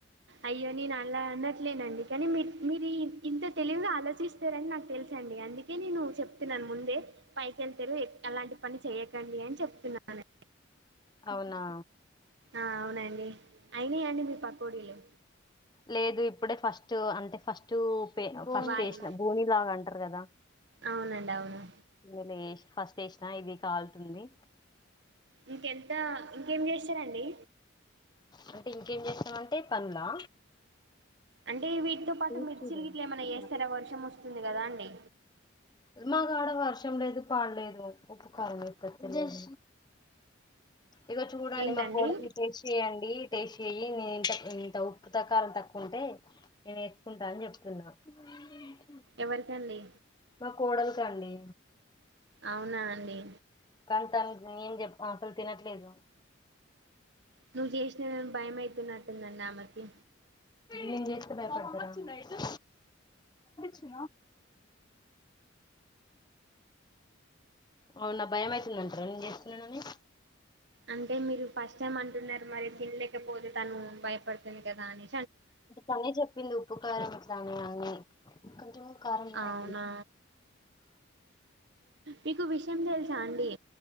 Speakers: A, on the right; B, on the left.
A: అయ్యో నేను అలా అన్నట్లేనండి కానీ మీర్ మీరీ ఇంత తెలివిగా ఆలోచ్ స్తరని నాకు తెలుసండి అందుక్ యితే నేను చెప్తున్నాను ముందే, పైకెళ్తేరు అలాంటి పని చెయకండి అని చెప్తున్నాను.
B: అవునా
A: ఆ అవునండి అయిన అండి మీ పకోడీలు
B: లేదు ఇప్పుడే ఫస్ట్ అంటే ఫస్టు పె ఆ ఫస్ట్
A: వాయి
B: చేసినం బోని లాగా అంటరు కదా
A: అవునండి అవును
B: నేను ఏ ఫస్ట్ ఏసినా ఇది కాల్తుంది
A: ఇంకెంత ఇంకేం చేస్తారండి?
B: అంటే ఇంకేం చేస్తామంటే పనులా?
A: అంటే వీటితో పాటు
B: టేస్ట్
A: మిర్చిలు
B: చూడు
A: గిట్ల ఏమన్న
B: ఉప్పు
A: చేస్తరా వర్షం వస్తుంది కదా అండి.
B: మ మా కాడ వర్షము లేదు పాడు లేదు, ఉప్పు కారం ఏర్పడతలేదు. ఇగో చూడండి
A: ఏంటండి
B: మా కోడల్ని టెస్ట్ చేయండి టేస్ట్ చెయ్యీ నేను నేనింత ఇంత ఉప్పు త కారం తక్కువంటే నేను ఏసుకుంటా అని చెప్తున్నా ఉ
A: ఎవరికండి?
B: మా కోడలు కండి
A: అవునా అండి
B: అంతం నేనేం చెప్ప అసలు తినట్లేదు
A: నువ్వు చేసిన గని భయమైతున్నటుందండి ఆమకి
B: నేను చేస్తే భయపడతదా స అవునా భయం అయితుందంటర నేను చేస్తున్నా అని.
A: అంటే మీరు ఫస్ట్ టైమ్ అంటున్నారు మరి తినలేకపోతే తను భయపడుతుంది కదా అని
B: ఇట్లనే చెప్పింది ఉప్పు కారం ఇట్లనే అన్ని కొంచం కారం తినే
A: అవునా మీకు విషయం తెలుసా అండి?